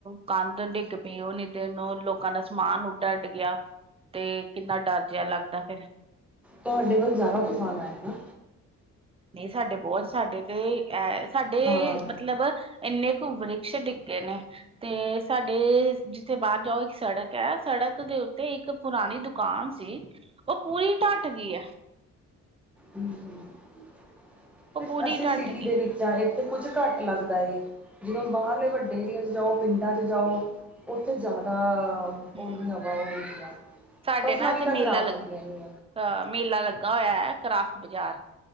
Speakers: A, on the right; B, in the centre.
A: ਕੰਧ ਡਿੱਗ ਪਈ ਉਨੀ ਦੇਰ ਨੂੰ ਲੋਕਾਂ ਦਾ ਸਮਾਨ ਉਡ ਅੱਡ ਗਿਆ ਤੇ ਕਿੰਨਾ ਡਰ ਜਿਹਾ ਲੱਗਦਾ ਫਿਰ।
B: ਤੁਹਾਡੇ ਕੋਲ ਜ਼ਿਆਦਾ ਤੂਫਾਨ ਆਇਆ।
A: ਨਹੀਂ ਸਾਡੇ ਬਹੁਤ ਸਾਡੇ ਤੇ ਐ ਸਾਡੇ
B: ਹਾਂ
A: ਮਤਲਬ ਇੰਨੇ ਵ੍ਰਿਸ਼ ਡਿੱਗੇ ਨੇ ਤੇ ਸਾਡੇ ਜਿੱਥੇ ਬਾਹਰ ਜਾਓ ਇੱਕ ਸੜਕ ਹੈ, ਸੜਕ ਦੇ ਉੱਤੇ ਇੱਕ ਪੁਰਾਣੀ ਦੁਕਾ ਦੁਕਾਨ ਸੀ, ਉਹ ਪੂਰੀ ਢੱਟ ਗਈ ਐ।
B: ਹੂੰ, ਹੂੰ,
A: ਉਹ ਪੂਰੀ
B: ਅਸੀਂ
A: ਢੱਟ
B: ਸਿਟੀ
A: ਗਈ
B: ਦੇ ਵਿੱਚ ਹਾਂ ਇੱਥੇ ਕੁੱਝ ਘੱਟ ਲੱਗਦਾ ਏ, ਜਿਵੇਂ ਬਾਹਰਲੇ ਵੱਡੇ ਏਰੀਏ ਜਾਓ। ਪਿੰਡਾਂ ਚ ਜਾਓ ਉੱਥੇ ਤੇ ਜ਼ਿਆਦਾ
A: ਹੂੰ,
B: ਓਲੀ ਹਵਾ ਉਹ ਹੁੰਦੀ ਆ
A: ਸਾਡੇ
B: ਫਸਲਾਂ
A: ਨਾ ਐਥੇ
B: ਵੀ ਤਾਂ
A: ਮੇਲਾ
B: ਖ਼ਰਾਬ
A: ਲੱਗਾ
B: ਹੋ ਗਈਆਂ ਨੇ
A: ਅ ਮੇਲਾ ਲੱਗਾ ਹੋਇਆ ਐ। ਕਰਾਫਟ ਬਾਜ਼ਾਰ